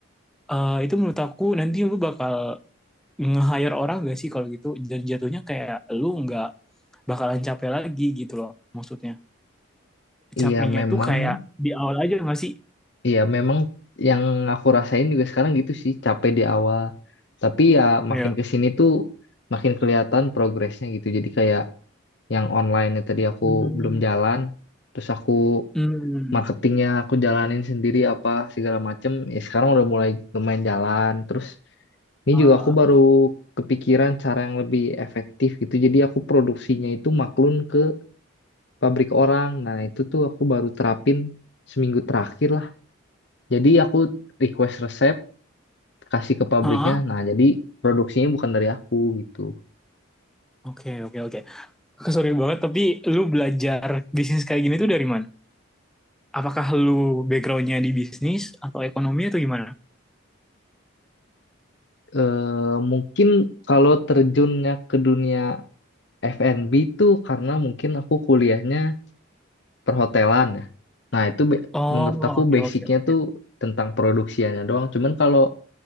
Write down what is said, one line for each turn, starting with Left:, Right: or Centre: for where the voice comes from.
Centre: eh, itu menurut aku nanti lu bakal nge-hire orang gak sih kalau gitu dan jatuhnya kayak lu nggak bakalan capek lagi gitu loh maksudnya capeknya
Left: Iya memang
Centre: tuh kayak di awal aja gak sih
Left: Iya, memang yang aku rasain juga sekarang gitu sih, capek di awal. Tapi ya makin
Centre: ya
Left: ke sini tuh makin kelihatan progresnya gitu. Jadi kayak yang online tadi aku
Centre: hmm,
Left: belum jalan, terus aku
Centre: hmm,
Left: marketingnya aku jalanin sendiri apa segala macem. Ya sekarang udah mulai lumayan jalan. Terus ini
Centre: ah,
Left: juga aku baru kepikiran cara yang lebih efektif gitu. Jadi aku produksinya itu maklun ke pabrik orang. Nah, itu tuh aku baru terapin seminggu terakhir lah. Jadi aku request resep kasih ke pabriknya.
Centre: ah,
Left: Nah, jadi produksinya bukan dari aku gitu.
Centre: oke oke oke sorry banget tapi lu belajar bisnis kayak gini tuh dari mana apakah lu backgroundnya di bisnis atau ekonomi atau gimana
Left: Eh mungkin kalau terjunnya ke dunia F&B itu karena mungkin aku kuliahnya perhotelan ya. Nah, itu be-
Centre: oh
Left: menurut aku
Centre: oke
Left: basicnya
Centre: oke oke
Left: tuh tentang produksiannya doang. Cuman kalau